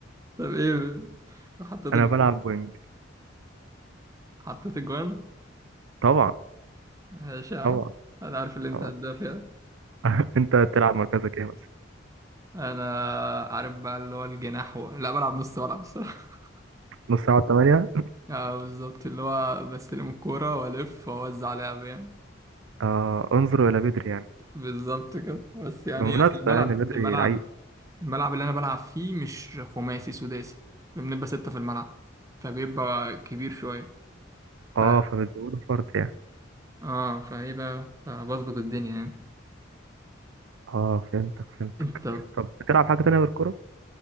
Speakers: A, on the right (about 15°); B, on the right (about 80°).
A: طب ايه
B: <laughs>
A: حطيت
B: انا
A: الجوان
B: بلعب وينج
A: حطيت الجوان
B: طبعا
A: ماشي يا عم
B: طبعا
A: انا عارف اللي انت
B: طبعا
A: هداف يعني
B: <laughs> انت تلعب مركزك ايه مثلا
A: انا عارف بقى اللي هو الجناح و... لا بلعب نص ملعب الصراحه <laughs>
B: نص ساعه 8
A: اه بالظبط اللي هو بستلم الكوره والف واوزع لعب يعني
B: آه انظروا الى بدري يعني
A: بالظبط كده بس يعني
B: بمناسبة
A: ايه اصل الملعب
B: يعني بدري
A: الملعب
B: لعيب
A: الملعب اللي انا بلعب فيه مش خماسي سداسي بنبقى ستة في الملعب فبيبقى كبير شويه
B: اه
A: ف
B: فبتزوده فرد يعني
A: اه فايه بقى فبظبط الدنيا يعني
B: اه فهمتك فهمتك
A: انت
B: طب بتلعب حاجة تانية غير الكورة؟